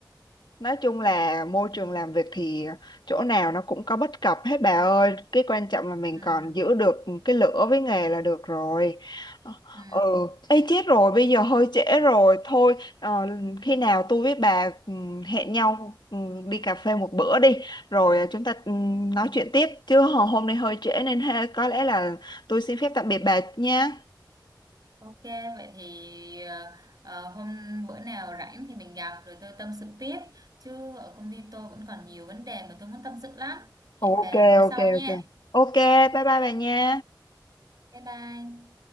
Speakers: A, on the left; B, on the right.
A: Nói chung là môi trường làm việc thì chỗ nào nó cũng có bất cập hết bà ơi. Cái quan trọng là mình
B: Ừ.
A: còn giữ được cái lửa với nghề là được rồi.
B: Ừ.
A: Ừ, ê chết rồi, bây giờ hơi trễ rồi. Thôi, ờ, khi nào tôi với bà ừ, hẹn nhau ừ, đi cà phê một bữa đi. Rồi ờ, chúng ta ừ, nói chuyện tiếp. Chứ hồi- hôm nay hơi trễ nên ha, có lẽ là tôi xin phép tạm biệt bà nha.
B: Ok, vậy thì ờ, ờ, hôm bữa nào rảnh thì mình gặp rồi tôi tâm sự tiếp. Chứ ở công ty tôi vẫn còn nhiều vấn đề mà tôi muốn tâm sự lắm.
A: Ok,
B: Hẹn bà bữa sau
A: ok,
B: nha.
A: ok. Ok, bye bye bà nha.
B: Bye bye.